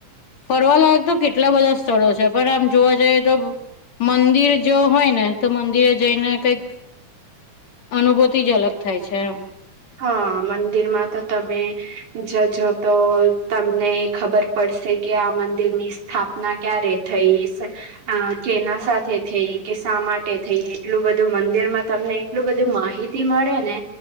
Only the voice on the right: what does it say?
હા મંદિરમાં તો તમે જજો તો તમને ખબર પડશે કે આ મંદિરની સ્થાપના ક્યારે થઈશ. અ કેના સાથે થઈ કે શા માટે થઈ એટલું બધું મંદિરમાં તમને એટલું બધું માહિતી મળે ને